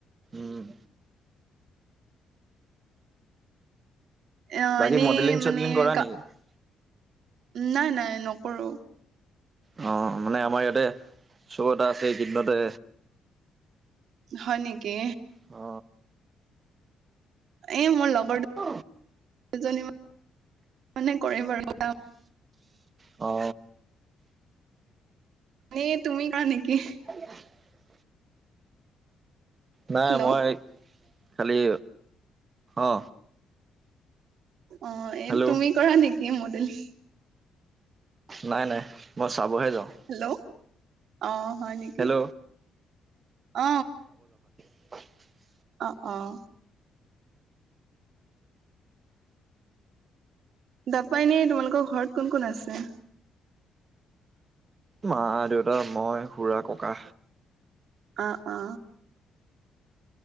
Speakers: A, on the right; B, on the right.
A: উম
B: অ
A: বাকী
B: এনেই
A: মডেলিং
B: মানে
A: চডেলিং কৰা
B: গা
A: নেকি
B: নাই নাই নকৰো
A: অ মানে আমাৰ ইয়াতে চ 'এটা আছে এই কেইদিনতে
B: হয় নেকি
A: অ
B: এ মোৰ লগ
A: অ
B: দুজনী মানে কৰে বাৰু।
A: অ
B: মানে তুমি কৰা নেকি
A: <unintelligible> নাই
B: হেল্ল'
A: মই খালি অ
B: অ এই
A: হেল্ল'
B: তুমি কৰা নেকি মডেলিং
A: নাই নাই মই চাবহে যাওঁ
B: হেল্ল' অ হয় নেকি
A: হেল্ল
B: অ
A: প <unintelligible>
B: অ অ তাপা এনেই তোমালোকৰ ঘৰত কোন কোন আছে?
A: মা দেউতা, মই, খুৰা, ককা
B: অ অ